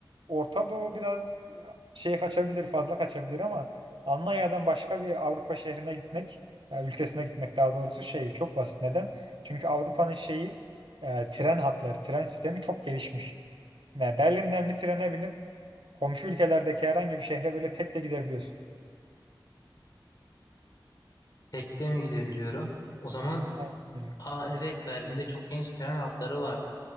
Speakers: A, on the right (about 80°); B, on the left (about 50°).
A: Orta Doğu biraz şey kaçabilir, fazla kaçabilir ama Almanya'dan başka bir Avrupa şehrine gitmek, e, ülkesine gitmek daha doğrusu şey çok basit. Neden? Çünkü Avrupa'nın şeyi e, tren hatları, tren sistemi çok gelişmiş. Yani Berlin'den bir trene binip komşu ülkelerdeki herhangi bir şehre böyle tek de gidebiliyorsun.
B: Tekte mi gidebiliyorum? O zaman
A: Aynen öyle.
B: aa evet Berlin'de çok geniş tren hatları vardı.